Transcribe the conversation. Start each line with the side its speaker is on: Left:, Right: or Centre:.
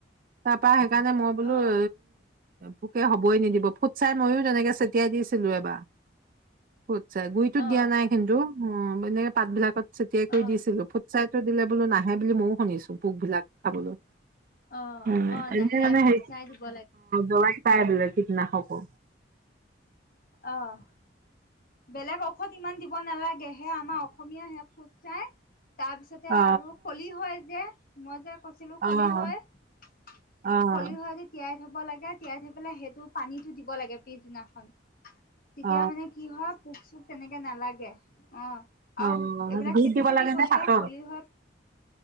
Right: তাৰ পৰা সেইকাৰণে মই বোলো
Left: অ অ
Right: উ পোকটা, হ'বই নিদিব ফুট চাই ময়ো তেনেকে ছটিয়াই দিছিলো এবাৰ। ফুটচাই গুৰিতো
Left: অ
Right: দিয়া নাই কিন্তু উম, এনেকে পাত বিলাকত চটিয়াই কৰি
Left: অ
Right: দিছিলো ফুটচাই টো দিলে বোলো না হে বুলি ময়ো শুনিছো পোকবিলাক খাবলৈ।
Left: অ
Right: উম,
Left: অ
Right: এনে
Left: নাহে
Right: মানেই
Left: ফুট চাই দিব
Right: দৰব পাই বোলে। কীটনাশকো।
Left: আহ, বেলেগক ঔষধ। খত ইমান দিব নালাগে হে' আমাৰ অসমীয়া হে ফুট চাই তাৰপিছতে
Right: অ',
Left: আৰু শলিহৈ যে, মই যে কৈছিলো,
Right: অ',
Left: শলিহৈ-শলিহৈ
Right: অ', অ', অ',
Left: যে তিয়াই থ'ব লাগে তিয়াই থৈ পেলাই সেইটো পানীটো দিব লাগে। পিছদিনাখন। তেতিয়া
Right: অ,
Left: মানে কি হয় পোক চোক তেনেকে নালাগে অ',
Right: অ',
Left: আৰু এইবিলাক
Right: গুৰিত
Left: খেতি
Right: দিব
Left: চেতি
Right: লাগে
Left: কৰিলে
Right: নে পাতত?
Left: খলিহৈ